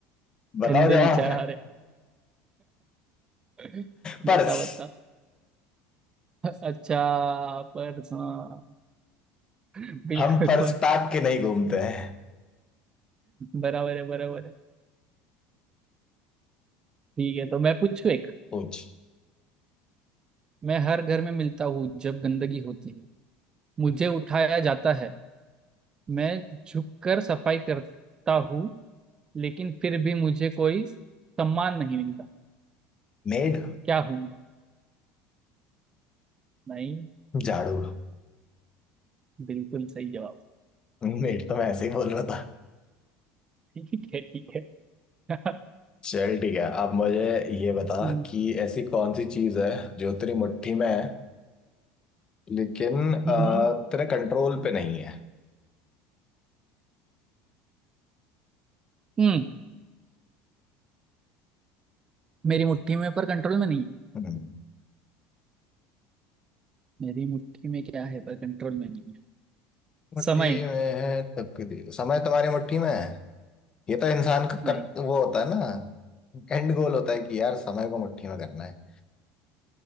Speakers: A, on the left (about 20°); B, on the right (about 20°).
A: <laughs> बताओ
B: गंदे
A: जवाब
B: विचार है <laughs>
A: पर्स
B: बता बता अच्छा पर हाँ बिल्कुल
A: हम पर्स
B: भाई
A: पैक के नहीं घूमते हैं
B: बराबर है बराबर है ठीक है तो मैं पूछू एक
A: पूछ
B: मैं हर घर में मिलता हूँ जब गंदगी होती है मुझे उठाया जाता है मैं झुककर सफाई करता हूँ लेकिन फिर भी मुझे कोई सम्मान नहीं मिलता
A: मेड
B: क्या हूँ मैं नहीं
A: झाड़ू
B: बिल्कुल सही जवाब
A: मेड तो मैं ऐसे ही बोल रहा था
B: <laughs> ठीक है ठीक है <laughs>
A: चल ठीक है अब मुझे ये बता
B: हम्म
A: कि ऐसी कौन सी चीज है जो तेरी मुट्ठी में है लेकिन अ,
B: हम्म हम्म।
A: तेरे कंट्रोल पे नहीं है
B: हम्म, मेरी मुट्ठी में पर कंट्रोल में नहीं
A: हम्म।
B: मेरी मुट्ठी में क्या है पर कंट्रोल में नहीं है
A: मुट्ठी
B: समय
A: में है तकदीर समय तुम्हारी मुट्ठी में है ये तो इंसान का
B: नहीं
A: कर, वो होता है ना एंड गोल होता है कि यार समय को मुट्ठी में करना है